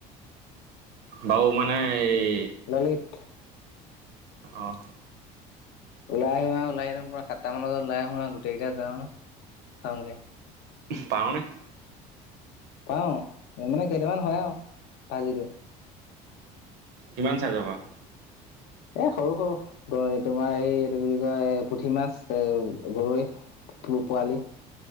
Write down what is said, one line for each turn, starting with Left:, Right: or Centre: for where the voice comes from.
Right: বাও মানে এই
Left: ললিত
Right: অহ
Left: ওলাই আহোৱা ওলাই আহি পুৰা সাতটা মান বজাত ওলাই আহোৱা গোটেই কেইটা যাওঁ চাওঁগে।
Right: পাওঁনে
Left: পাওঁ এই মানে কেইটামান হয় আ ভাজিটো
Right: কিমান চাইজৰ পাৱ?
Left: এ সৰু সৰু, গৰৈ তোমাৰ এই এইটো কি বুলি কয় পুঠি মাছ এ গৰৈ পো পোৱালি।